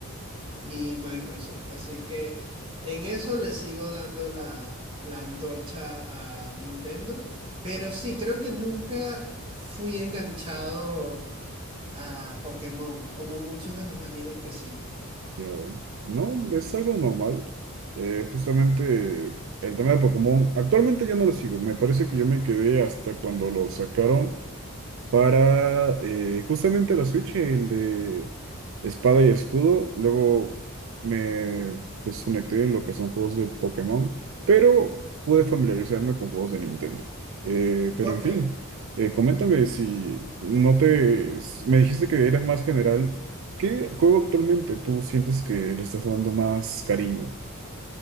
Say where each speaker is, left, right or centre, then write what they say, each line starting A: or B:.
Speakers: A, on the right; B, on the right.
A: y Microsoft. Así que en eso le sigo dando la, la antorcha a Nintendo. Pero sí, creo que nunca fui enganchado a Pokémon, como muchos de mis amigos que sí.
B: Ya ven. No, es algo normal. Eh, justamente el tema de Pokémon, actualmente ya no lo sigo. Me parece que yo me quedé hasta cuando lo sacaron. para eh, justamente la Switch, el de Espada y Escudo. Luego me desconecté en lo que son juegos de Pokémon, pero pude familiarizarme con juegos de Nintendo. Eh, pero
A: Ok,
B: en fin, eh, coméntame si no te... s- Me dijiste que eras más general. ¿Qué juego actualmente tú sientes que le estás dando más cariño?